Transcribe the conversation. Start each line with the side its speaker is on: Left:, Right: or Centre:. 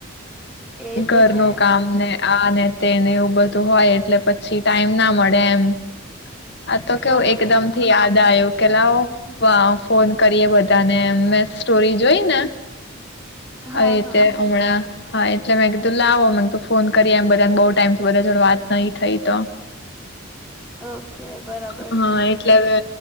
Centre: એ
Left: ઘરનું
Centre: તો છે
Left: કામને આ ને તેને એવું બધું હોય એટલે પછી ટાઈમ ના મળે એમ. આ તો કેવું
Centre: બરાબર
Left: એકદમથી
Centre: છે.
Left: યાદ આયુ કેે લાઓ વા ફોન કરીએ બધા તને મેં સ્ટોરી જોઈને આવી
Centre: હા
Left: રીતે
Centre: હા
Left: હમણાં હા એટલે મેં કીધું લાવો મને કીધું ફોન કરીએ એમ બધાને બઉ ટાઈમથી બધા જોડે વાત નહીં થઈ તો
Centre: ઓકે બરાબર.
Left: હા એટલે મે